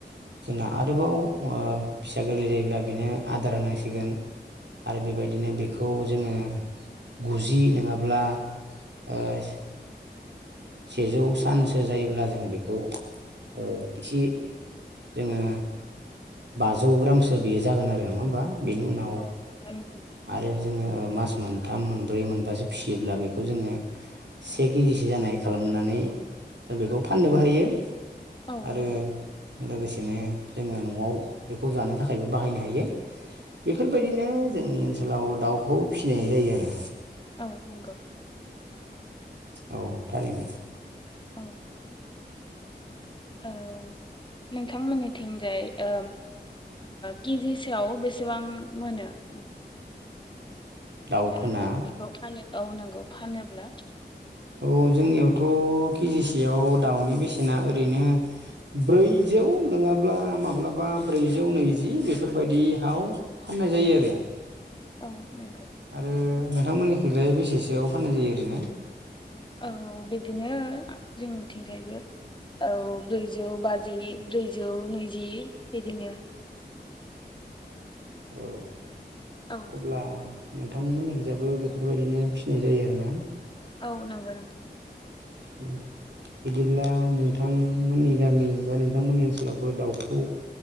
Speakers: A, on the right; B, on the left.
A: जोंना आरोबाव ओ फिसा गोरलै जायोब्ला बेनो आदार होनांसिगोन आरो बेबायदिनो बेखौ जोंङो गुजि नोंङा ब्ला ओ सेजौ सानसो जायोब्ला जोंङो बेखौ ओ इसे जोंङो बाजौ ग्रामसो बेयो जागोन आरो नङा होमबा बेनि उनाव
B: औ नंगौ
A: आरो जोंङो मास मोनथाम मोनब्रै मोनबासो फिसियोब्ला बेखौ जोंङो से केजिसो जानाय खालामनानै जों बेखौ फाननोबो हायो।
B: औ
A: आरो
B: नंगौ
A: लोगोसेनो जोंङो न'आव बेखौ जानो थाखायबो बाहायनो हायो। बेफोरबायदिनो जोंनि ओनसोलाव दाउखौ फिसिनाय जायो आरो।
B: औ नंगौ
A: औ थारैनो
B: औ औ नोंथांमोननिथिंजाय ओ केजि से आव बेसेबां मोनो। <inaudible>
A: दाउखोना
B: ओ बेखौ फानो औ नंगौ फानोब्ला
A: औ जोंनियावथ' केजिसेयाव दाउनि बेसेना ओरैनो ब्रैजौ नङाब्ला माब्लाबा ब्रैजौ नैजि बेफोरबायदियाव फान नाय जायो आरो।
B: औ नंगौ
A: आरो नोंथांमोननिथिंलाय बेसेसोआव फाननाय जायो ओरैनो
B: औ औ बिदिनो जोंथिंजायबो औ औ ब्रैजौ बाजि ब्रैजौ नैजि बिदिनो
A: औ
B: औ
A: अब्ला नोंथांमोननिखिजाबो बेफोरबायदिनो फिसिनाय जायो आरोना।
B: औ नोंगो नों
A: उम बिदिब्ला नोंथांमोननि गामि बा नोंथांमोननि ओनसोलावबो दाउखौ